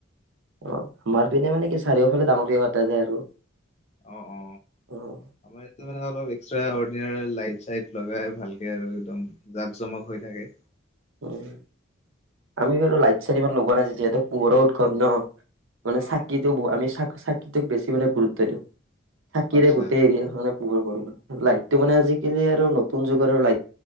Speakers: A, on the right; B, on the left.
A: অ', মাৰ পিনে মানে কি চাৰিওফালে ডাঙৰকে পাতা যায় আৰু,
B: অ অ
A: অ',
B: আমাৰ ইটো ফালে অলপ এক্সট্ৰা অৰ্ডিনেৰী লাইট চাইট লগাই ভালকে আৰু একদম, জাক জমক হৈ থাক <unintelligible>
A: উম, আমি বাৰু লাইট চাইট ইমান লগোৱা নাই যিহেতু পোহৰৰ উৎসৱ ন। মানে
B: অ
A: চাকিটো ব আমি চাক-চাকিটোক বেছি মানে গুৰুত্ব দিওঁ। থাকিলে
B: আচ্ছা
A: গোটেই
B: আচ্ছা
A: এৰিয়াখনে পোহৰ কৰে লাইটটো মানে আজিকালি আৰু নতুন যুগৰ লাইট